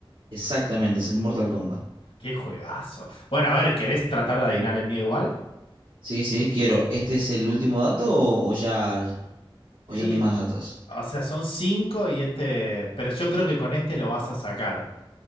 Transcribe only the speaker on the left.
¡Qué juegazo! Bueno, a ver, ¿querés tratar de adivinar el mío igual?
Y,
o sea, son cinco y este. Pero yo creo que con este lo vas a sacar.